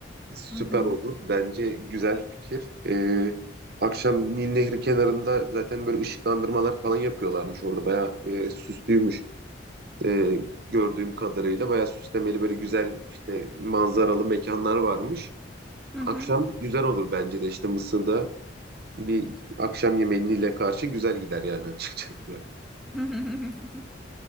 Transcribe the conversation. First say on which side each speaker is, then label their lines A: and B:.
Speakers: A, on the right; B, in the centre.
A: süper
B: Hı hı.
A: olur. Bence güzel fikir. Ee, akşam Nil Nehri kenarında zaten böyle ışıklandırmalar falan yapıyorlarmış orada. Bayağı e, süslüymüş. Ee, gördüğüm kadarıyla bayağı süslemeli böyle güzel işte manzaralı mekanlar varmış.
B: Hı
A: Akşam
B: hı.
A: güzel olur bence de işte Mısır'da bir akşam yemeğiyle karşı güzel gider yani <laughs> açıkçası.
B: <laughs>